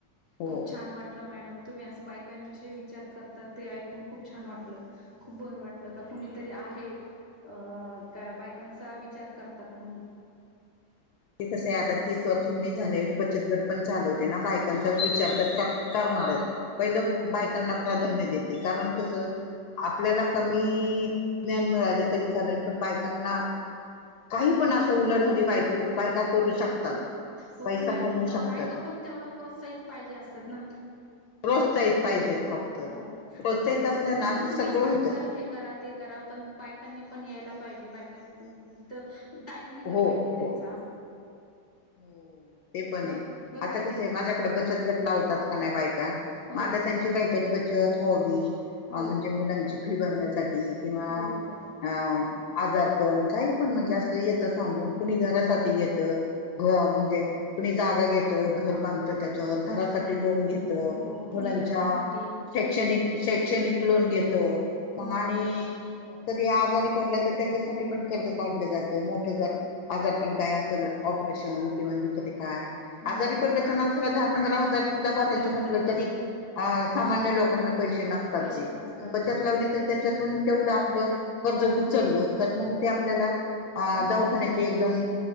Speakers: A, on the left; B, on the right.
A: हो
B: खूप छान वाटलं मॅडम तुम्ही असं बायकांविश् जे विचार करतात ते ऐकून खूप छान वाटलं, खूप बरं वाटलं का कुणीतरी आहे अ का बायकांचा विचार करतात म्हणून.
A: ते कसंय आता तीस वर्ष मी झाले बचत गट पण चालवते ना बायकांचा विचार तर कर कर नारच पहिलं
B: हो
A: बायकांना प्राधान्य देते, कारण कसं आपल्याला कमी ज्ञान मिळालं तरी चालण पण बायकांना काही पण अशा उलाढाली बायको बायका करू शकतात.
B: हो
A: पैसा
B: पण मॅम
A: कमवू शकतात
B: बायका पण तेवढं प्रोत्साहित पाहिजे असतात ना?
A: प्रोत्साहित पाहिजेत फक्त
B: हो,
A: प्रोत्साहित
B: म्हणजे
A: असल्या
B: नाय का
A: ना
B: फक्त
A: की
B: तुम्ही
A: सगळं
B: सांगताल
A: होतं
B: हे करा ते करा पण बायकांनी पण या पाहीजे, बायकानी पण, तिथ टाईम दिला
A: हो
B: पाहिजे त्यांचा.
A: हो हो ते पण
B: बरोबर
A: आहे.
B: बरोबर
A: आता कस
B: का नाही
A: आहे, माझ्याकडं बचत घटला लावतात का नाही बायका,
B: हो
A: मग आता त्यांची काहीतरी ब चत होवी,
B: हो
A: म्हणजे मुलांची फी भरण्या किंवा
B: हो हो
A: अ आजार पण काही पण म्हणजे असं येत सांगून. कुणी घरासाठी घेत, म्हणजे कुणी जागा घेत. घर बांधतो त्याच्यावर, घरासाठी लोन घेतो
B: हो कुणी
A: मुलांच्या.
B: लग्नासाठी हम्म,
A: शैक्षणिक-शैक्षणिक
B: हम्म.
A: लोन घेतो,
B: हो
A: मग आणि.
B: हो
A: कधी आजारी पडला तर त्याच्यासाठी पण कर्ज काढलं जातं. मोठं जर आजार पण काय असेल ऑपरेशन किंवा दुसरं काय.
B: हो
A: आजारी
B: हो
A: पडल तर माणसाला दहा- पंधरा हजार सुद्धा भरायचे
B: लागतातच
A: होत नाही तरी, सामान्य लोकं काना पैसे नसतात
B: पैसे
A: ते,
B: नसतात
A: बचत लावली तर त्याच्यातून तेवढं आपलं कर्ज उचललं, तर मग ते आपल्याला अ
B: हम्म
A: दवाखान्याचे एकदम